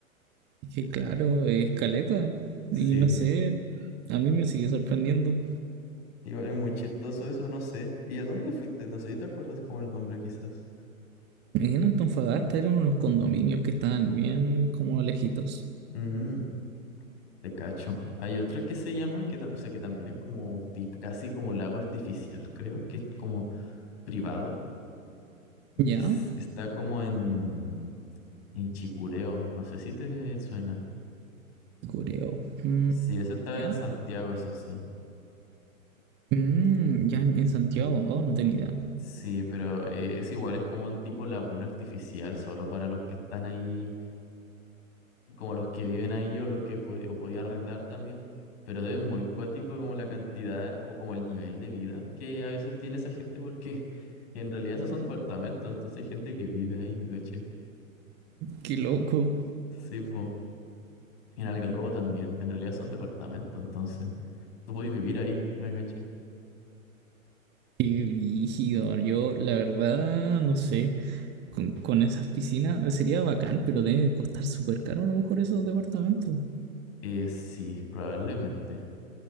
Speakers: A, on the right; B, on the left.
A: Es que claro, es caleta.
B: Sí,
A: Y no sé, a mí me sigue sorprendiendo.
B: igual es muy chistoso eso, no sé. ¿Y a dónde fuiste? No sé si te acuerdas como el nombre quizás.
A: En Antofagasta eran unos condominios que estaban bien como alejitos.
B: Mm. Te cacho. Hay otra que se llama, que, tam- o sea, que también es como un tip, casi como lago artificial, creo, que es como privado,
A: ¿Ya?
B: que es- está como en, en Chicureo. No sé si te suena.
A: Cureo. Mm,
B: Sí, ese está
A: ¿ya?
B: en Santiago, eso sí.
A: Mm, ya en en Santiago. Oh, no tenía idea.
B: Sí, pero eh, es igual, es como un tipo laguna artificial, solo para los que están ahí como los que viven ahí o los que pod- o podía arrendar también, pero es muy cuático como la cantidad o como el nivel de vida que a veces tiene esa gente porque <laughs> en realidad esos son departamentos, entonces hay gente que vive ahí, ¿me caché?
A: Qué loco.
B: Sí, po. En Algarrobo también, en realidad son departamentos, entonces tú podés vivir ahí, ¿me caché?
A: Qué rígido. Yo, la verdad, no sé. Con, con esas piscinas sería bacán, pero debe costar súper caro a lo mejor esos departamentos.
B: Eh, sí, probablemente.